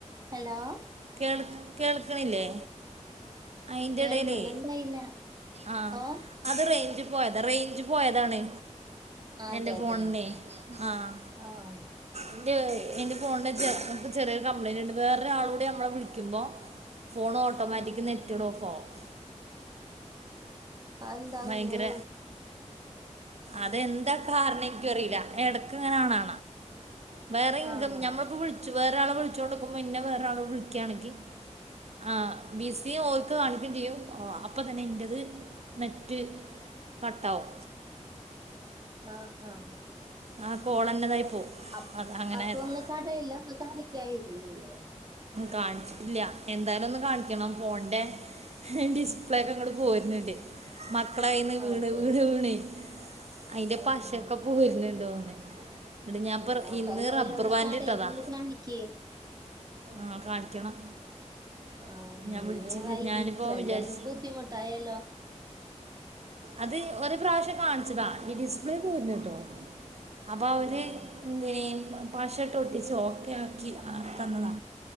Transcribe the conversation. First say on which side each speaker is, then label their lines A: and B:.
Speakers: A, on the right; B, on the right.
A: ഹലോ
B: കേൾ കേൾക്ക്ണില്ലേ? അയിന്റെ
A: കേൾക്കുന്നുണ്ടായില്ല
B: ഇടല്ലേ ആഹ്
A: ഓ
B: അത് റേഞ്ചു പോയതാ റേഞ്ച് പോയതാണ്
A: അതെ
B: എന്റെ ഫോണിനെ
A: അതെ
B: ആഹ്
A: ആഹ്
B: എന്റെ എന്റെ ഫോണിന് ചെറിയൊരു കംപ്ലയിന്റ് ഉണ്ട് വേറൊരാളോ - നമ്മ വിളിക്കുമ്പോ ഫോൺ ഓട്ടോമാറ്റിക് നെറ്റഡ ഓഫ് ആകും.
A: അതെന്താ
B: ഭയങ്കര
A: അങ്ങനെ
B: അതെന്താ കാരണം എനിക്കും അറിയില്ല എടക്ക ഇങ്ങനാണാ വേറെ ഇൻകം
A: ആഹ്
B: ഞമ്മളിപ്പോ വിളിച്ചു വേറെരാളെ വിളിച്ചോണ്ടിക്കുമ്പോ ഇന്നെ വേറെ ആളെ വിളിക്കുകയാണങ്കി ആഹ് ബി സിയും ഓൾക്ക് കാണിക്കുകയും ചെയ്യും അപ്പൊ തന്നെ ഇന്റത്- നെറ്റ് കട്ടാവും
A: ആഹ് ആഹ്
B: ആ കോളന്ന തായി പോവും
A: അപ്പ
B: അത് അങ്ങനെ
A: അപ്പൊ
B: ആയതാ
A: ഒന്ന് കടയിലൊന്ന് കാണിക്കായിരുന്നില്ലേ
B: കാണിച്ചിട്ടില്ല എന്തായാലും ഒന്ന് കാണിക്കണം ഫോണിന്റെ ഡിസ്- സ്പ്ലേക്കേ അങ്ങോട്ട് പോയിരുന്നുണ്ട് മക്കടയിന്ന് വീണ്
A: അതെ
B: വീണ് വീണ് അയിന്റെ
A: ആഹ്
B: പശയൊക്കെ- പോരുന്നുണ്ടോന്ന് ഞാൻ
A: ആഹ് അപ്പൊ
B: ഇന്ന്
A: എന്തായാലും
B: റബ്ബർ
A: ഒന്ന്
B: ബാൻഡ്
A: കടയിൽ
B: ഇട്ടതാ
A: കൊണ്ട് കാണിക്ക്
B: ആഹ് കാണിക്കണം.
A: ആഹ്
B: ഞാൻ വിളിച്ച്
A: ഇനി വൈകിച്ചാല്
B: ഞാനിപ്പോൾ വിചാരിച്ചു
A: ബുദ്ധിമുട്ടായല്ലോ
B: അത് ഒരു പ്രാവശ്യം കാണിച്ചതാ ഈ ഡിസ്പ്ലേ പോരുന്നു കേട്ടോ അപ്പോൾ അവര്
A: ആഹ്
B: എന്തെയും പാശോട്ട ഒട്ടിച്ചു ഓക്കെ ആക്കി തന്നതാ